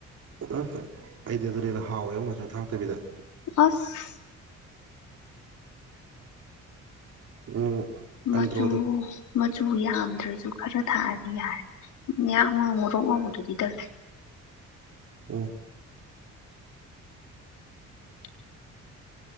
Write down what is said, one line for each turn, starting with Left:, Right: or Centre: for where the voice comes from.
Right: ꯎꯝ ꯑꯩꯗꯤ ꯑꯗꯨꯅ ꯍꯦꯟꯅ ꯍꯥꯎꯏꯉꯣ ꯃꯆꯨ ꯊꯥꯛꯇꯕꯤꯗ
Left: ꯑꯁ
Right: ꯎꯝ
Left: ꯃꯆꯨ
Right: ꯑꯟꯗ꯭ꯔꯣꯗ
Left: ꯃꯆꯨ ꯌꯥꯝꯗ꯭ꯔꯖꯨ ꯈꯔ ꯊꯥꯛꯑꯗꯤ ꯌꯥꯔꯦ ꯌꯥꯝ ꯑꯃ ꯉꯧꯔꯣꯛ ꯉꯧꯕꯗꯨꯗꯤ ꯇꯜꯂꯦ
Right: ꯑꯦ
Left: <unintelligible>